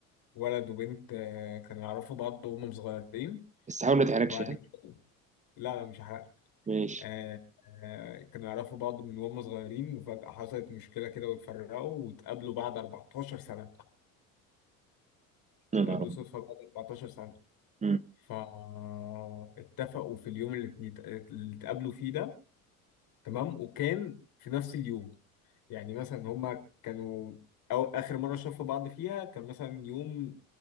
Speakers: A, on the left; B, on the right.
A: ولد وبنت آه، كانوا يعرفوا بعض وهم صغيرين
B: بس حاول ما تحرجش
A: وبعد
B: ها
A: كده لا لا مش هحرق
B: ماشي
A: آه، آه، كانوا يعرفوا بعض من وهم صغيرين وفجأة حصلت مشكلة كده واتفرقوا واتقابلوا بعد 14 سنة
B: يا
A: اتقابلوا
B: نهار أبيض.
A: صدفة بعد 14 سنة
B: مم.
A: فاتفقوا في اليوم اللي اتنيت- اللي اتقابلوا فيه ده تمام وكان في نفس اليوم يعني مثلا هما كانوا أو آخر مرة شافوا بعض فيها كان مثلا يوم